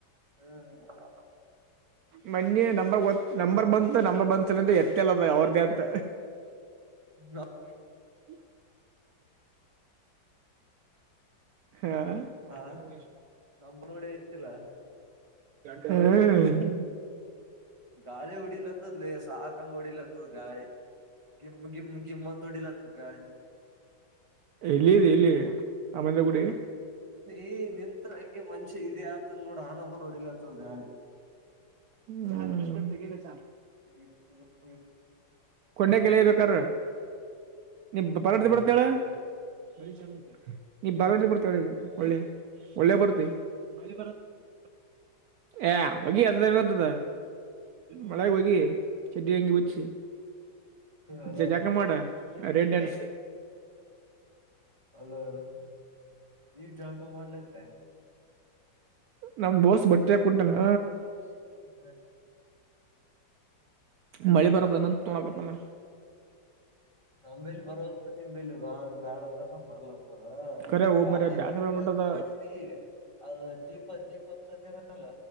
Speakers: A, on the right; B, on the right.
A: ಹ್ಮ.
B: ಮನ್ನಿ ನಂಬರ್ ಒ ನಂಬರ್ ಬಂತು ನಂಬರ್ ಬಂತಲಾ ಎತ್ತೇ ಇಲ್ಲ ಅವ್ರ್ದೇ ಅಂತ.
A: <inaudible>
B: <inaudible> ಹಾ. <inaudible>
A: ಹಾ ನಮ್ದ್ ನೋಡಿ ಎತ್ತಿಲ್ಲ
B: ಹ್ಮ್.
A: ಗಾಳಿ ಉಡಿಲತದ್ಲೇ ಸಾಕಂಗ್ ಉಡಿಲತತ್ ಗಾಳಿ. ಗಿಮ್ ಗಿಮ್ ಗಿಮ್ಮು ಅಂತ ಹೊಡೀಲಾತದ್ ಗಾಳಿ.
B: ಎಲ್ಲಿದಿ ಎಲ್ಲಿ ಅಮೆದ ಗುಡಿ.
A: ಈ ನಿಂತ್ರೆ ಹಂಗೆ ಮನ್ಷ್ಯ ಇದೆ ಯಾತನ್ ನೋಡು ಆನಮುನ್ ಹೊಡೀಲಾತದ್ ಗಾಳಿ.
B: ಹ್ನ್ಮ್
A: ಈ ಕುು ಇ
B: ಕೊಂಡೆ ಕೆಲ ಬೇಕಾರ ನೀ ಪರದ
A: ಹ
B: ಬರ್ತೇಲಾ <unintelligible> ನೀ ಬರತ್ ಏಳ ವಳ್ಳಿ ಬರ್ತಿ ವಲ್ಯವಾಗ ಭರ್ತಿ ವಲ್ಲಿ <unintelligible> ಏ ಹೊಗಿ ಅದ ಏನತದ ಮಳೆಗೆ ಹೊಗಿ ಚೆಡ್ಡಿ ಅಂಗಿ ಬಿಚ್ಚಿ
A: ಅಲೋ
B: ಜ ಜಾಲ್ಕ ಮಾಡ ರೆಡ್ಡೆನ್ಸ್
A: ಅಲ್ಲೋ <unintelligible> ಈಗ ಜಲ್ಕಾ ಮಾಡ್ಲತ್ತೆ
B: ನಮ್ ದೋಸ್ತ್ ಬಟ್ಟಿ ಕುಂಟಾನ
A: ಹ್ಮ್ <inaudible>
B: ಮಳೆ ಬರತ್ತನ ತಗೋನೋಕತನ
A: ನಮ್ಮಲಿ ಬರೋತ್ ನಿಮಲಿ ಬಾ ಬಾಳ ಅಂತ ಬರ್ಲತ್
B: ಕರೆ ಹೋಗ್
A: ಗಾಳಿ
B: ಮರ ಬ್ಯಾಸರ
A: ಅಂಗೂಡಿಲ್ಲ
B: ಆಗ್ಬಿಟ್ಟದ
A: ಮಾಡಿದಿ ಅದ್ ದೀಪ ದೀಪ ಹಚ್ಚಡ್ ಲ್ಲ